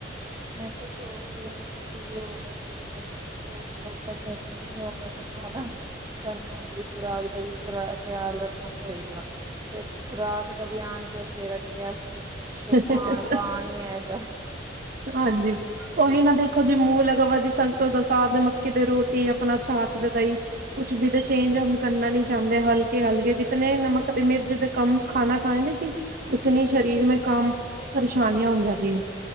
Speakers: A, on the right (about 20°); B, on the right (about 50°).
A: ਮੈਂ ਤਾਂ ਸੋਚ ਰਿਹਾ ਸੀ ਕਿ ਯੋਗਾ ਸ਼ੁਰੂ ਕਰ ਲੋਕ ਲੋਕਾਂ ਕਹਿੰਦੇ ਨੇ ਯੋਗਾ ਦੇ ਨਾਲ ਸਾਨੂੰ ਆਪਣੀ ਖੁਰਾਕ ਦਾ ਵੀ ਪੂਰਾ ਖ਼ਿਆਲ ਰੱਖਣਾ ਪੜੇਗਾ। ਤੇ ਖੁਰਾਕ ਦਾ ਧਿਆਨ ਕੈਸੇ ਰੱਖੇ ਅਸੀਂ
B: ਹਾਂਜੀ
A: ਤੋਂ ਖਾਣ ਪਾਣ ਹੀ ਐਸ
B: ਹਾਂਜੀ, ਉਹੀ ਨਾ ਦੇਖੋ ਜੀ ਮੂੰਹ ਲਗਵਾ ਦੀ ਸਰਸੋਂ ਦਾ ਸਾਧ ਮੱਕੀ ਤੇ ਰੋਟੀ ਆਪਣਾ ਛਾਛ ਤੇ ਦਾਈ। ਕੁਛ ਵੀ ਤਾਂ ਚੇਂਜ ਕਰਨਾ ਨੀ ਚਾਹੁੰਦੇ ਹਲਕੇ ਹਲ ਗਏ ਜਿਤਨ ਨਮਕ ਤੇ ਮਿਰਜ਼ ਦੇ ਕੰਮ ਖਾਣਾ ਖਾਏ ਦੇ ਸੀ। ਉਤਨੀ ਸ਼ਰੀਰ ਮੈਂ ਕਮ ਪਰੇਸ਼ਾਨੀਆਂ ਹੋ ਜਾਂਦੀ ਆ।